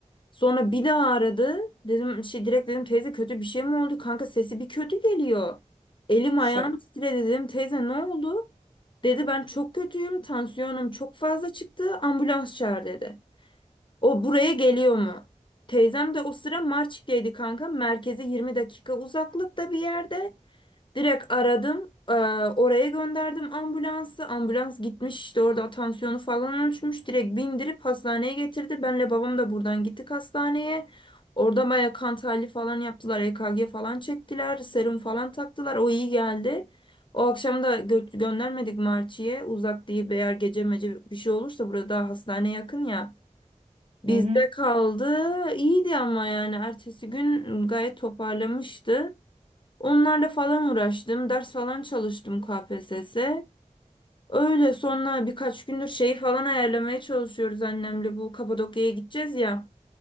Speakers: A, on the left; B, on the right.
A: Sonra bir daha aradı. Dedim şey direkt dedim teyze kötü bir şey mi oldu? Kanka sesi bir kötü geliyor. Elim
B: Şaka.
A: ayağım titredi dedim teyze ne oldu? Dedi ben çok kötüyüm. Tansiyonum çok fazla çıktı. Ambulans çağır dedi. O buraya geliyor mu? Teyzem de o sıra Marçik'teydi kanka. Merkeze 20 dakika uzaklıkta bir yerde. Direkt aradım. e, oraya gönderdim ambulansı. Ambulans gitmiş işte orada tansiyonu falan ölçmüş. Direkt bindirip hastaneye getirdi. Benle babam da buradan gittik hastaneye. Orada baya kan tahlili falan yaptılar. EKG falan çektiler. Serum falan taktılar. O iyi geldi. O akşam da gö- göndermedik Marçi'ye. Uzak değil eğer gece mece bir şey olursa burada daha hastane yakın ya. Bizde
B: Hı hı.
A: kaldı. İyiydi ama yani ertesi gün gayet toparlamıştı. Onlarla falan uğraştım. Ders falan çalıştım KPSS'e. Öyle sonra birkaç gündür şeyi falan ayarlamaya çalışıyoruz annemle. Bu Kapadokya'ya gideceğiz ya.